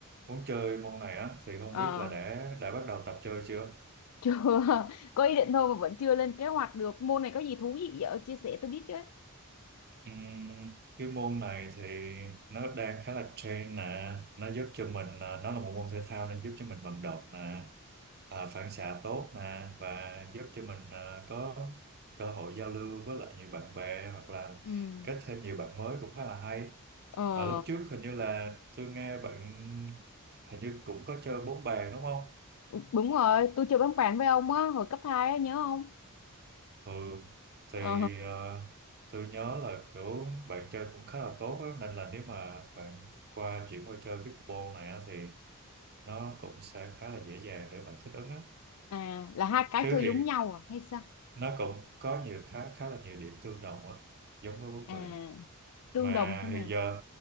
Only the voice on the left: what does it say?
ờ,
chưa, <laughs> có ý định thôi mà vẫn chưa lên kế hoạch được. Môn này có gì thú vị vậy? Ờ, Chia sẻ tôi biết chứ.
Ừ.
Ờ,
đúng rồi, tôi chơi bóng bàn với ông á, hồi cấp 2 á, nhớ không?
Ờ,
à, là hai cái
chơi
giống nhau à, hay sao?
À,
tương
đồng thế nào?